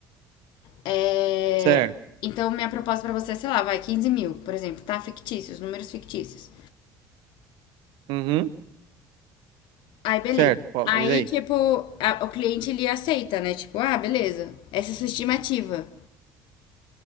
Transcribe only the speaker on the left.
É,
Então, minha proposta pra você é, sei lá, vai 15 mil, por exemplo, tá? Fictícios, números fictícios.
Aí, beleza.
Aí,
tipo, a- o cliente ele aceita, né? Tipo, ah, beleza, essa é a sua estimativa.